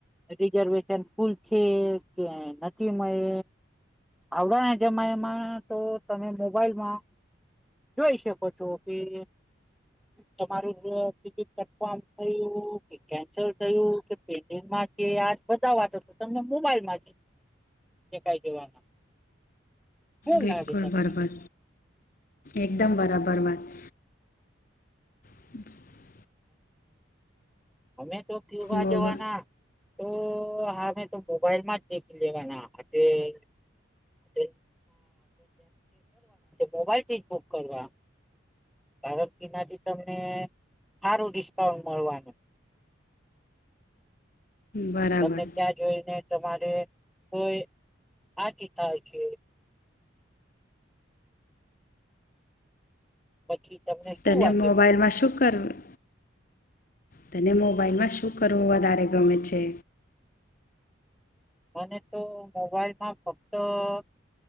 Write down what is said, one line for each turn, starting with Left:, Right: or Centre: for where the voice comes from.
Centre: રિઝર્વેશન ફૂલ છે, કે નથી મળે. આવડાના જમાઇ તો તમે મોબાઈલમાં- જોઈ શકો છો કે- તમારું ટિકિટ કન્ફમ થયુ કે- કેન્સલ થયું કે, પેન્ડીગ માં કે આ બધા વાતો તમને મોબાઈલ માંથી- કઈ જવાના. શું
Left: બિલકુલ
Centre: લાગે તમને
Left: બરાબર, એકદમ બરાબર વાત - <inaudible>
Centre: અમે તો ક્યુબા
Left: મોબ
Centre: જવા ના. તો હામે તો મોબાઈલ માં જ દેખી લેવાના <unintelligible> <unintelligible> છે મોબાઈલ થી જ બુક કરવા. <unintelligible> તમને હારું ડિસ્કાઉન્ટ મળવાનું.
Left: બરાબર
Centre: તમને ત્યાં જોઈને તમારે કોઈ આથી થાય છે. પછી તમને. શું
Left: તને
Centre: વાંચે
Left: મોબાઈલમાં શું કરવું? તો તને મોબાઈલમાં શું કરવું વધારે ગમે છે?
Centre: મને તો મોબાઈલ માં ફક્ત -